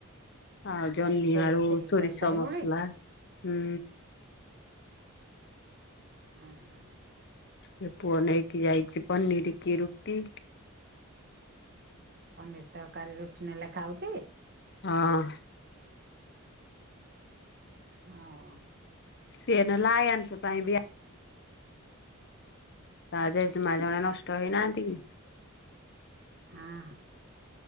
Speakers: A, on the left; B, on the right.
A: ଆଉ ଜହ୍ନି
B: ଏତେ
A: ଆଳୁ
B: ରୋଷେଇ
A: ସୋରିଷ
B: କରିସାରିଲୁଣି
A: ମସଲା ହୁଁ
B: ହଁ ହଁ।
A: ସେ ପୁଅ ନେଇକି ଯାଇଛି ପନିର କି ରୁଟି।
B: ପନିର୍ ତରକାରୀ ରୁଟି ନେଲେ ଖାଉଛି।
A: ହଁ।
B: ହଁ।
A: ସିଏ ଲାଶଂ ପାଇଁ ବି ତା ଜେଜେମା ଜଣେ ନଷ୍ଟ ହେଇନାହାନ୍ତି କି
B: ହାଁ।